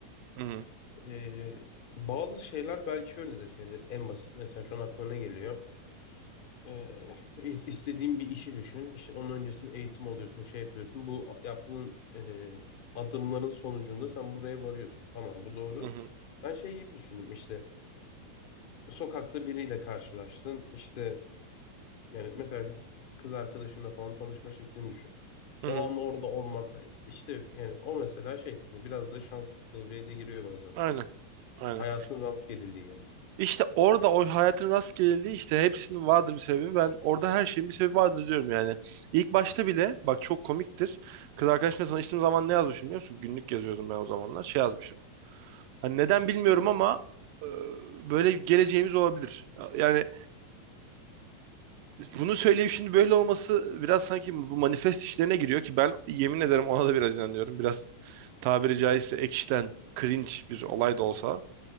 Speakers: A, on the right (about 45°); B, on the left (about 50°).
A: hı
B: Ee, bazı şeyler belki öyledir. Yani en basit mesela şu an aklıma ne geliyor? Ee, is- istediğin bir işi düşün. İşte onun öncesinde eğitim alıyorsun, şey yapıyorsun. Bu a- yaptığın e, adımların sonucunda sen buraya varıyorsun. Tamam, bu doğru.
A: hı
B: Ben şey gibi düşündüm işte. Sokakta biriyle karşılaştın. İşte yani mesela kız arkadaşınla falan tanışma şeklini düşün.
A: hı
B: O
A: hı.
B: an orada olman e, işte yani o mesela şey hani biraz da şans devreye de giriyor bazen.
A: Aynen. Aynen.
B: Hayatın rastgeleliği yani.
A: İşte orada o hayatın rastgeleliği işte hepsinin vardır bir sebebi. Ben orada her şeyin bir sebebi vardır diyorum yani. İlk başta bile bak çok komiktir. Kız arkadaşımla tanıştığım zaman ne yazmışım biliyor musun? Günlük yazıyordum ben o zamanlar. Şey yazmışım. Hani neden bilmiyorum ama e, böyle geleceğimiz olabilir. Yani bunu söyleyip şimdi böyle olması biraz sanki bu manifest işlerine giriyor ki ben yemin ederim ona da biraz inanıyorum. Biraz tabiri caizse ekşiden cringe bir olay da olsa.